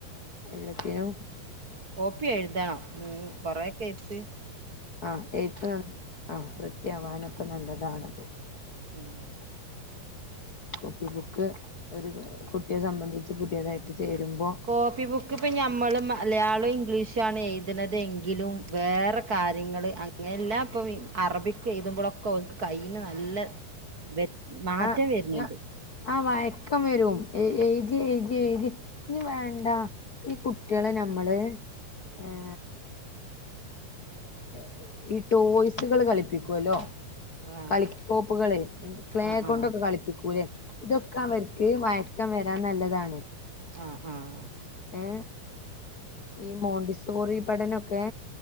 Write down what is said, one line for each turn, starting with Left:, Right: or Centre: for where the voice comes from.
Left: എല്ലത്തിനും
Right: കോപ്പി എഴുതണം. ഉം കൊറെ ഒക്കെ എഴ്ത്ത്
Left: ആഹ് എഴുത്ത് <inaudible> ആഹ് വൃത്തിയാവാനൊക്കെ നല്ലതാണത്.
Right: ഉം
Left: കോപ്പി ബുക്ക് ഒരു കുട്ടിയെ സംബന്ധിച്ച് പുതിയതായിട്ട് ചേരുമ്പോ
Right: കോപ്പി ബുക്ക് ഇപ്പ ഞമ്മള് മലയാളോം ഇംഗ്ലീഷ് ഷാണ് എഴുത്ണത് എങ്കിലും വേറെ കാര്യങ്ങള് അങ്ങനല്ലാ ഇപ്പം ഇ അറബിക് എഴുതുമ്പോളൊക്കെ ഓൽക്ക് കയ്യിന് നല്ല വെ മാറ്റം
Left: ആ
Right: വെരിന്ണ്ട്
Left: ആ ആ വയക്കം വരും. എ എഴ്തി എഴ്തി എഴ്തി ഇനി വേണ്ട ഈ കുട്ടിയളെ നമ്മള് ഏ ഏ ഈ ടോയ്സുകള് കളിപ്പിക്കുവല്ലോ?
Right: ആഹ്
Left: കളിക്കോപ്പുകളെ ക്ലേ
Right: ആഹ്
Left: കൊണ്ടൊക്കെ
Right: ആഹ്
Left: കളിപ്പിക്കൂലെ? ഇതൊക്കെ അവർക്ക് വയക്കം വരാൻ നല്ലതാണ്.
Right: ആഹ് ആഹ്
Left: ഏ ഈ മോണ്ടിസോറി പഠനൊക്കെ